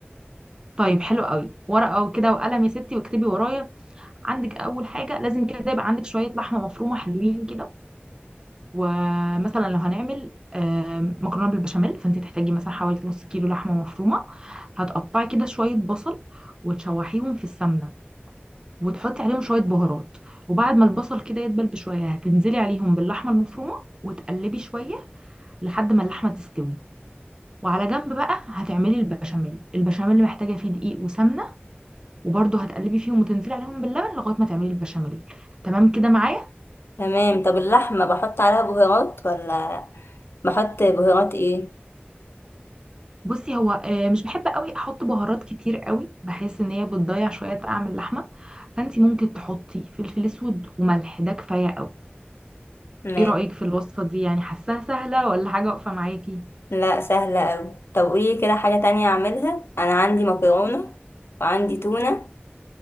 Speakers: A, on the right; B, on the left.
A: طيب حلو قوي ورقه كده وقلم يا ستي واكتبي ورايا عندك اول حاجه لازم كده يبقى عندك شويه لحمه مفرومه حلوين كده ومثلا لو هنعمل آم، مكرونه بالبشاميل فانت تحتاجي مثلا حوالي نص كيلو لحمه مفرومه هتقطعي كده شويه بصل وتشوحيهم في السمنه وتحطي عليهم شوية بهارات وبعد ما البصل كده يدبل بشوية هتنزلي عليهم باللحمة المفرومة وتقلبي شوية لحد ما اللحمة تستوي وعلى جنب بقى هتعملي البشاميل البشاميل محتاجة فيه دقيق وسمنة وبرده هتقلبي فيهم وتنزلي عليهم باللبن لغاية ما تعملي البشاميل تمام كده معايا
B: تمام طب اللحمة بحط عليها بهارات ولا بحط بهارات ايه
A: بصي هو آه، مش بحب قوي احط بهارات كتير قوي بحس ان هي بتضيع شوية طعم اللحمة فانتي ممكن تحطي فلفل اسود وملح ده كفاية قوي
B: ماشي
A: ايه رأيك في الوصفة دي يعني حاساها سهلة ولا حاجة واقفة معاكي
B: لا سهلة اوي طب قولي كده حاجة تانية اعملها انا عندي مكرونة وعندي تونة